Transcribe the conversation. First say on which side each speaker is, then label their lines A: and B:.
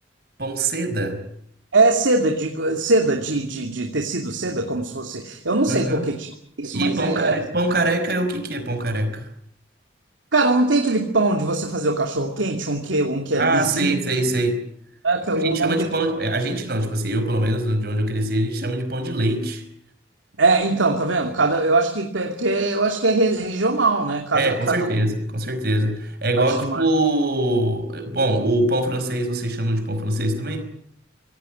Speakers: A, on the right; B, on the right.
A: pão seda?
B: É seda de seda de, de, de tecido seda, como se fosse. Eu não sei
A: Aham.
B: por que que chama isso,
A: E
B: mas
A: pão
B: é,
A: care...
B: é-
A: pão careca é o que que é pão careca?
B: Cara, não tem aquele pão de você fazer o cachorro quente, um que um que é
A: Ah,
B: lisinho
A: sei, sei, sei.
B: Caraca,
A: Ah, A
B: o
A: gente
B: nome
A: chama de
B: daquilo.
A: pão. é, A gente não, tipo assim, eu pelo menos, de onde eu cresci, a gente chama de pão de leite.
B: É, então, tá vendo? Cada, eu acho que é porque eu acho que é re- regional, né? Cada
A: É, com
B: cada
A: certeza,
B: lugar
A: com certeza. É igual,
B: vai chamar.
A: tipo. Bom, o pão francês vocês chamam de pão francês também?